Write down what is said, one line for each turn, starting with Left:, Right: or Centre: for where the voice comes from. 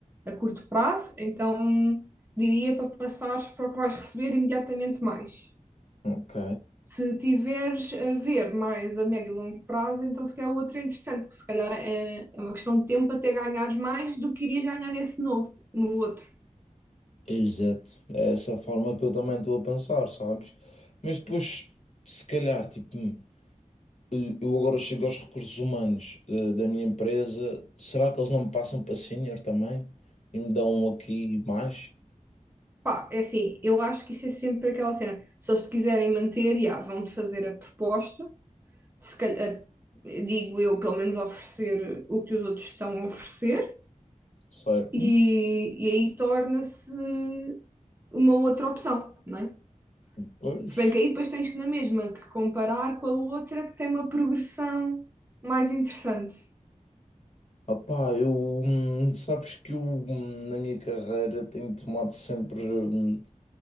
Right: a curto prazo, então diria para passares para o que vais receber imediatamente mais.
Left: Ok,
Right: Se tiveres a ver mais a médio e longo prazo, então se calhar o outro é interessante, porque se calhar é, é uma questão de tempo até ganhares mais do que irias ganhar nesse novo, no outro.
Left: exato. É essa a forma que eu também estou a pensar, sabes? Mas depois, se calhar, tipo, hum, eu agora chego aos recursos humanos eh, da minha empresa, será que eles não me passam para senior também? E me dão aqui mais?
Right: Pá, é assim, eu acho que isso é sempre aquela cena. Se eles te quiserem manter, já, vão-te fazer a proposta se calhar, digo eu, pelo menos oferecer o que os outros estão a oferecer,
Left: certo?
Right: e,
Left: Hum,
Right: e aí torna-se uma outra opção, não é?
Left: Pois.
Right: Se bem que aí depois tens na mesma que comparar com a outra que tem uma progressão mais interessante.
Left: Opá, eu, hum, sabes que eu, hum, na minha carreira, tenho tomado sempre. hum,